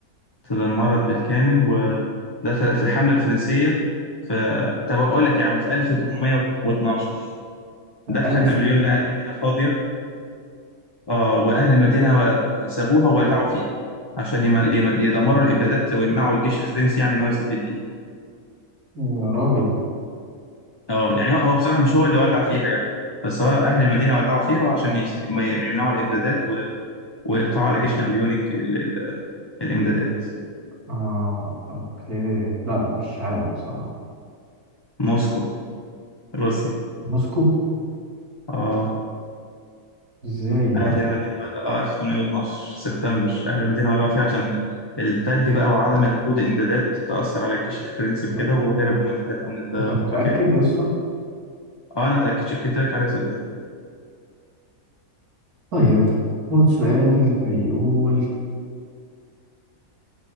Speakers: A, on the left; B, on the right.
A: تدمرت بالكامل ودخل في الحملة الفرنسية ف طب اقول لك يا عم في 1812 دخل
B: ألف
A: نابليون لقى المدينة فاضية اه واهل المدينة و- سابوها وولعوا فيها عشان يم... يم... يدمروا الامدادات ويمنعوا الجيش الفرنسي يعني ان هو يستفيد بيها
B: يا راجل
A: اه يعني هو هو بصراحة مش هو اللي ولع فيها يعني بس هو أهل المدينة ولعوا فيها وعشان يس... ما ي- يمنعوا الإمدادات و... ويقطعوا على جيش نابليون ال... ال... الإمدادات
B: اه اوكي لا مش عارف بصراحة
A: موسكو روسيا
B: موسكو
A: اه
B: ازاي يعني
A: أهل المدينة ولعوا اه 1812 سبتمبر أهل المدينة ولعوا فيها عشان التلج بقى وعدم الوجود إمدادات تأثر على الجيش الفرنسي
B: انت
A: وكده وهربوا من ساعتها من ده
B: انت متأكد
A: من المكان
B: يا اسطى
A: اه أنا اتأكد شكيت لك عليها صدق
B: طيب خد سؤال بيقول